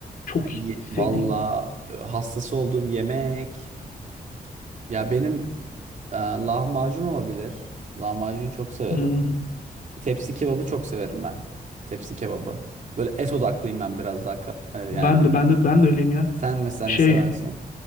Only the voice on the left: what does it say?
Çok
iyi. Sevdiğin.
Hmm.
Ben de ben de ben de öyleyim ya.
Şey